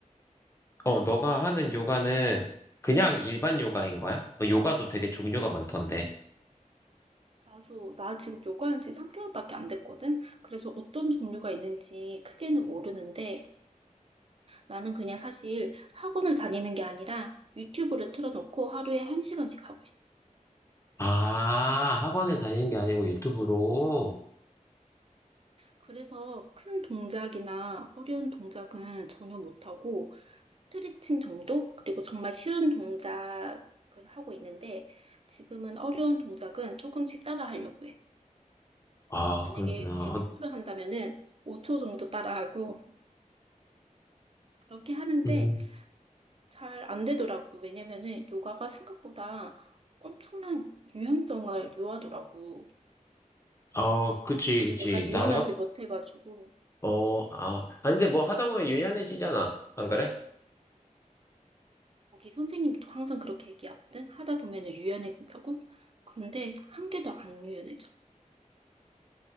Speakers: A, on the left; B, on the right.
A: 어, 너가 하는 요가는 그냥 일반 요가인 거야? 너 요가도 되게 종류가 많던데.
B: 나도, 나 지금 요가한 지 3개월밖에 안 됐거든? 그래서 어떤 종류가 있는지 크게는 모르는데 나는 그냥 사실 학원을 다니는 게 아니라 유튜브를 틀어놓고 하루에 1시간씩 하고 있어.
A: 아, 학원을 다니는 게 아니고 유튜브로.
B: 그래서 큰 동작이나 어려운 동작은 전혀 못하고 스트레칭 정도? 그리고 정말 쉬운 동작을 하고 있는데 지금은 어려운 동작은 조금씩 따라 하려고 해.
A: 아,
B: 만약에
A: 그렇구나.
B: 10초를
A: 어,
B: 한다면은 5초 정도 따라하고 그렇게 하는데
A: 음,
B: 잘 안 되더라고. 왜냐면은 요가가 생각보다 엄청난 유연성을 요하더라고.
A: 어, 그치,
B: 근데
A: 그치.
B: 내가 유연하지
A: 나가,
B: 못해가지고
A: 어, 아, 아니, 근데 뭐 하다 보면 유연해지잖아. 안 그래?
B: 거기 선생님도 항상 그렇게 얘기하거든. 하다 보면은 유연해진다고. 그런데 한 개도 안 유연해져.